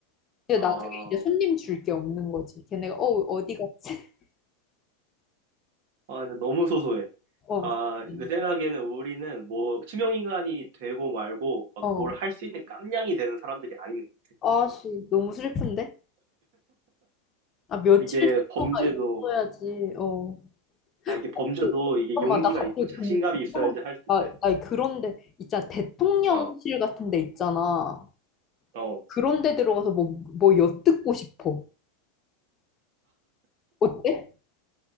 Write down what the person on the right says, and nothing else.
아,
아, 이제 너무 소소해.
아,
내 생각에는 우리는 뭐 투명인간이 되고 말고 막
뭘 할 수 있는 깜냥이 되는 사람들이 아닌 것 같아.
이게 범죄도,
아, 이게 범죄도
이게
용기가
있고 자신감이
있어야지 할 수
있다 했어.
어,
어.